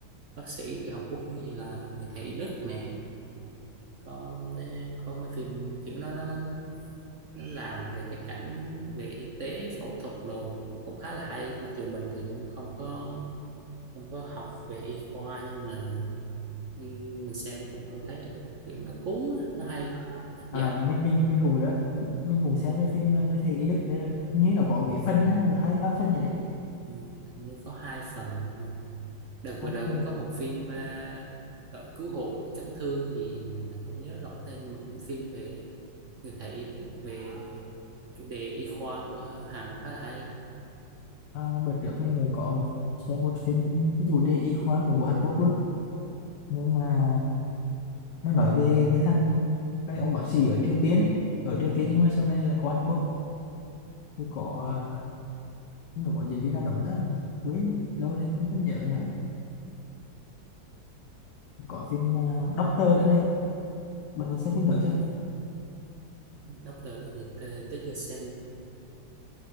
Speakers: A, on the right; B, on the left.
A: bác sĩ kiểu Hàn Quốc như là người thầy Đức nè có có mấy phim kiểu nó nó nó nó làm về cái cảnh về y tế phẫu thuật đồ cũng khá là hay mặc dù mình thì cũng không có không có học về y khoa nhưng mà nhưng mình xem cũng cũng thấy rất là kiểu nó cuốn á, nó hay hấp
B: à,
A: dẫn
B: mình mình mình cũng đó mình cũng xem cái phim ờ, người thầy y Đức nữa như nó có mấy phần á một hai ba phần gì đấy
A: ừ, hình như có hai phần thì phải. đợt
B: hai
A: vừa rồi
B: phần
A: cũng có một phim à, đội cứu hộ chấn thương gì mình không nhớ rõ tên nhưng mà cũng phim về người thấy về chủ đề y khoa của Hàn khá là hay
B: à, bữa trước mình cũng có một xem một phim cái chủ đề y khoa cũng của Hàn Quốc luôn nhưng mà nó nói về cái thằng cái ông bác sĩ ở Triều Tiên ấy ở Triều Tiên nhưng mà sau này là có Hàn Quốc cũng có à, nó có diễn viên nào đóng ta quên lâu rồi không có nhớ nữa có phim à, Doctor nữa này bạn mình xem phim đó chưa
A: Doctor đó thì tôi, tôi chưa xem